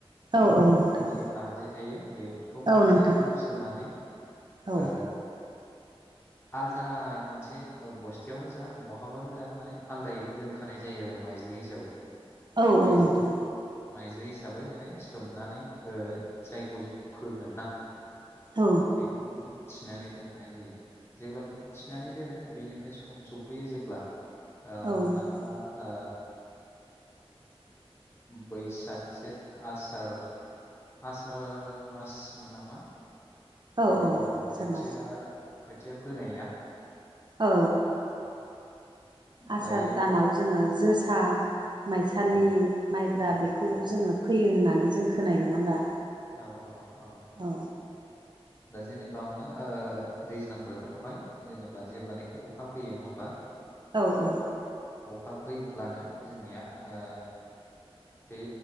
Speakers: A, on the right; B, on the left.
A: औ औ नोंथां
B: माइ थेफा जे थायो बेफोरखौ
A: औ
B: मोजाङै
A: नोंथां
B: जावसोनानै ओ
A: औ
B: आलदा मोनसे बस्थायावनो जा बहाबानो जा माने आलादायै दोनखानाय जायो आरो माइज्लि हिसाबै।
A: <inaudible>
B: माइज्लि।
A: नोंथां
B: माइज्लि हिसाबै माने सोमनानै ओ जायखौ जोङो फोगोन ना।
A: औ
B: बेखौ जोङो थिनानै दोनखानाय जायो। जेब्ला बेखौ थिनानै दोनो बेनिफ्राय सम सफैयो जेब्ला ओ
A: औ
B: हमनानै
A: नोंथां
B: ला ओ
A: <inaudible>
B: बैसाग जेद आसार आसार मासमोन नामा
A: औ
B: जेनेब्ला
A: औ आसार
B: खोथिया
A: मास
B: खोथिया फोनाया
A: औ आसार
B: दायो
A: दानाव जोङो जो सा माइसालि
B: औ
A: माइब्रा
B: औ
A: बेखौ जोङो फैयो होननानै जों खोनानाय नङा होमबा?
B: औ औ औ
A: औ
B: दा जेनेबा हमना ला ओ दैज्लां बोथोरावहाय जेनेबा जेब्लानाखि अखा फैयो नङा होमबा
A: औ औ
B: अखा फैब्लानो जोंनिया ओ बे